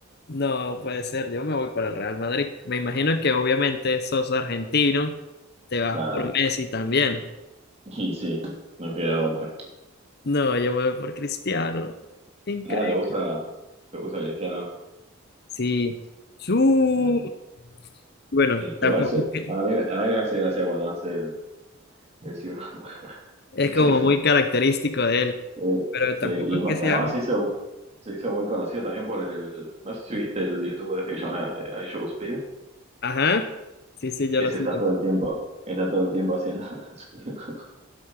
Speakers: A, on the left; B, on the right.
A: No puede ser, yo me voy para el Real Madrid. Me imagino que obviamente sos argentino, te vas
B: claro.
A: por Messi también.
B: Y sí, no queda otra.
A: No, yo me voy por Cristiano. Increíble.
B: Ah, ¿te gusta, te gusta Cristiano?
A: Sí. Su...
B: No.
A: Bueno, tampoco
B: Igual se-
A: es que-
B: a mí, a mí me hace gracia cuando hace el, el ciu-
A: es
B: <laughs>
A: como muy característico de él,
B: Yo- eh,
A: pero
B: sí,
A: tampoco
B: y
A: es
B: ma-
A: que sea...
B: además se hizo, se hizo muy conocido también por el, no sé si viste el youtuber este que se llama eh, I Show Speed,
A: Ajá. Sí, sí,
B: ese
A: yo lo sigo.
B: está todo el tiempo, está todo el tiempo haciendo, <laughs>